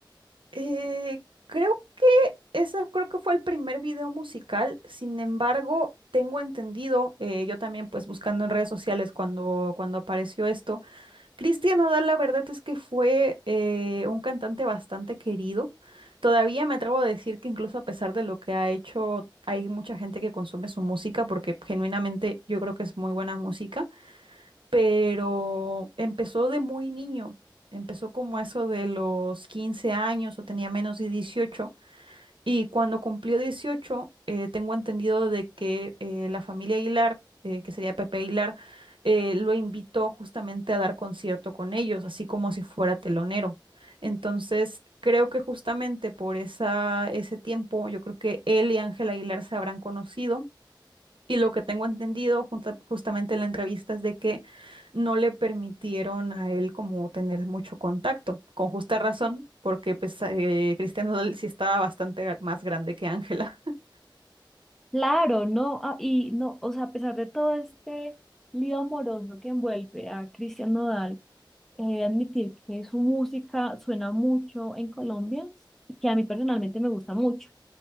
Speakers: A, on the right; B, in the centre.
A: Eh, creo que ese creo que fue el primer video musical. Sin embargo, tengo entendido, eh, yo también pues buscando en redes sociales cuando, cuando apareció esto Cristian Nodal, la verdad es que fue eh, un cantante bastante querido. Todavía me atrevo a decir que incluso a pesar de lo que ha hecho, hay mucha gente que consume su música porque genuinamente yo creo que es muy buena música, pero empezó de muy niño. Empezó como eso de los 15 años o tenía menos de 18. Y cuando cumplió 18, eh, tengo entendido de que eh, la familia Aguilar, eh, que sería Pepe Aguilar, eh, lo invitó justamente a dar concierto con ellos, así como si fuera telonero. Entonces, creo que justamente por esa, ese tiempo, yo creo que él y Ángel Aguilar se habrán conocido y lo que tengo entendido junta- justamente en la entrevista es de que no le permitieron a él como tener mucho contacto, con justa razón, porque pues, eh, Cristian Nodal sí estaba bastante gra- más grande que Ángela. <laughs>
B: Claro, no, ah, y no, o sea, a pesar de todo este lío amoroso que envuelve a Cristian Nodal, He admitir que su música suena mucho en Colombia y que a mí personalmente me gusta mucho.